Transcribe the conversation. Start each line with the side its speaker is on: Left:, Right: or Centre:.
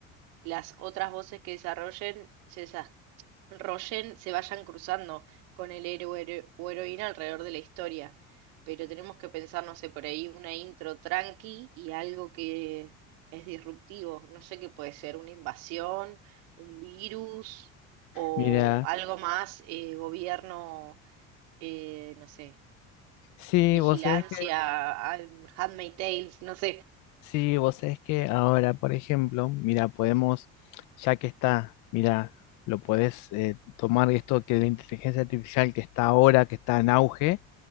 Right: las otras voces que desarrollen se desarrollen, se vayan cruzando con el héroe hero- o heroína alrededor de la historia. Pero tenemos que pensar, no sé, por ahí una intro tranqui y algo que es disruptivo. No sé qué puede ser, una invasión, un virus o
Left: mirá,
Right: algo más, eh, gobierno, eh, no sé,
Left: sí,
Right: vigilancia,
Left: vos sabés que
Right: ah, Handmaid's Tales, no sé.
Left: Sí, vos sabés que ahora, por ejemplo, mira, podemos, ya que está, mira, lo podés eh, tomar esto que la inteligencia artificial que está ahora, que está en auge,